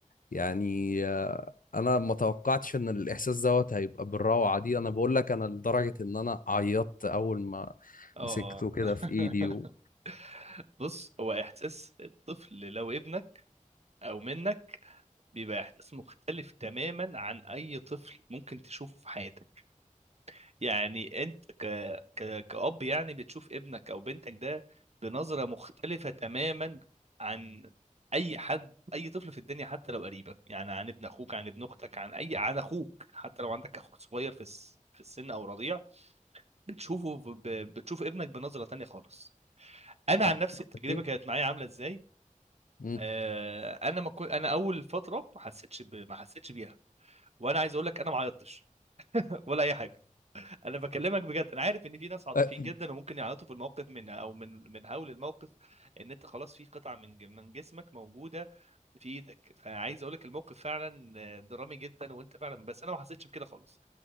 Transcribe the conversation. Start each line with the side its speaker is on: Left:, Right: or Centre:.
Left: يعني آه، أنا ما توقعتش إن الإحساس دوت هيبقى بالروعة دي أنا بقول لك أنا لدرجة إن أنا عيطت أول ما
Right: اه
Left: مسكته كده
Right: <laughs>
Left: في إيدي و...
Right: بص هو احساس الطفل لو ابنك او منك بيبقى احساس مختلف تماما عن اي طفل ممكن تشوفه في حياتك يعني انت ك... ك... كأب يعني بتشوف ابنك او بنتك ده بنظرة مختلفة تماما عن اي حد اي طفل في الدنيا حتى لو قريبك يعني عن ابن اخوك عن ابن اختك عن اي عن اخوك حتى لو عندك اخوك صغير في الس... في السن او رضيع بتشوفه ب... بتشوف ابنك بنظرة تانية خالص انا عن
Left: آه،
Right: نفسي التجربة
Left: أكيد
Right: كانت معايا عاملة ازاي
Left: مم.
Right: آه انا ما كنت انا اول فترة ما حسيتش ب... ما حسيتش بيها وانا عايز اقول لك انا ما عيطتش <laughs> ولا اي حاجة انا بكلمك بجد انا عارف ان في ناس عاطفيين
Left: أه،
Right: جدا وممكن يعيطوا في الموقف من او من من هول الموقف ان انت خلاص في قطعه من ج- من جسمك موجوده في ايدك فعايز اقول لك الموقف فعلا درامي جدا وانت فعلا بس انا ما حسيتش بكده خالص